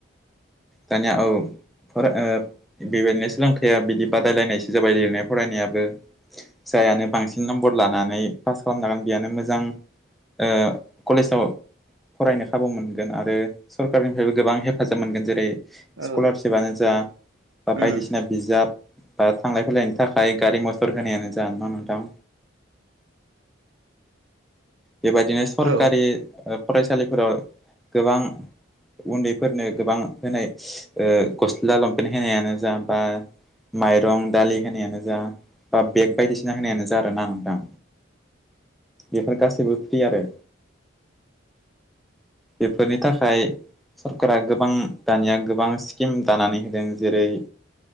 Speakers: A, in the centre; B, on the right.
A: दानिया औ फरा ओ बेबायदिनो सोलोंथाइया बिदि बादायलायनाय जाबाय लिरनाय फरायनायाबो जायानो बांसिन नम्बर लानानै पास खालामनांगोन बेयानो मोजां ओ कलेजाव फरायनो खाबु मोनगोन आरो सरकारनिफ्रायबो गोबां हे फाजाब मोनगोन जेरै
B: औ
A: स्कलारशिपानो जा बा
B: उम
A: बायदिसिना बिजाब बा थांलाय फैलायनि थाखाय गारि मथर होनायानो जानाय ना नोंथां? बेबायदिनो सरकारि
B: औ
A: फरायसालिफोराव गोबां उन्दैफोरनो गोबां होनाय ओ गस्ला लंपेन्ट होनायानो जा बा माइरं दालि होनायानो जा बा बेग बायदिसिना होनायानो जा आरोना नोंथां। बेफोर गासैबो फ्रि आरो। बेफोरनि थाखाय सरकारा गोबां दानिया गोबां स्किम दानानै होदों। जेरै